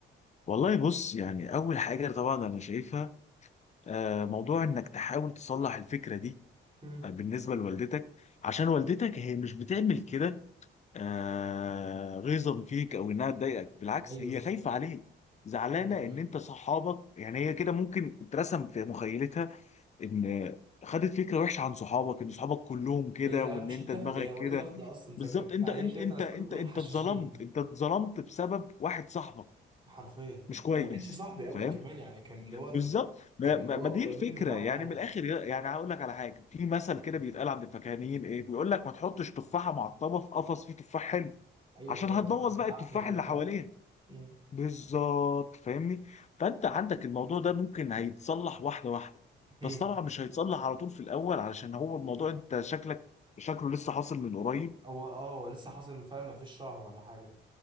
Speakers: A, on the left; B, on the right.
A: والله بص يعني اول حاجه طبعا انا شايفها آه، موضوع انك تحاول تصلح الفكره دي
B: مم.
A: آه، بالنسبه لوالدتك عشان والدتك هي مش بتعمل كده آه، غيظا فيك او انها تضايقك بالعكس
B: ايوه
A: هي خايفه عليك زعلانه
B: ايوه
A: ان
B: فعلا
A: انت صحابك يعني هي كده ممكن اترسم في مخيلتها ان خدت فكره وحشه عن صحابك ان صحابك كلهم كده
B: هي
A: وان
B: مش
A: انت
B: هتاخد
A: دماغك
B: هي اوريدي
A: كده
B: واخده اصلا فك...
A: بالظبط انت
B: هي
A: انت
B: شايفه
A: انت
B: انا اصحابي
A: انت
B: كلهم
A: انت
B: حشاشين
A: اتظلمت انت اتظلمت بسبب واحد صاحبك
B: حرفيا
A: مش كويس
B: وما كانش صاحبي قوي
A: فاهم
B: كمان يعني كان اللي هو
A: بالظبط ما,
B: كان
A: ما,
B: اللي هو
A: ما دي
B: قريبين
A: الفكره
B: من بعض
A: يعني
B: عادي
A: من الاخر يا- يعني هقول لك على حاجه في مثل كده بيتقال عند الفكاهيين ايه بيقول لك ما تحطش تفاحه معطبه في قفص فيه تفاح حلو
B: ايوه
A: عشان
B: فعلا
A: هتبوظ
B: اتع- اتعبت
A: بقى التفاح
B: من التفاح
A: اللي حواليها
B: امم
A: بالظبط فاهمني فانت عندك الموضوع ده ممكن هيتصلح واحده واحده
B: أمم.
A: بس طبعا مش هيتصلح على طول في الاول علشان هو الموضوع انت شكلك شكله لسه حاصل من قريب
B: هو اه هو لسه حاصل من فعلا ما فيش شهر ولا حاجه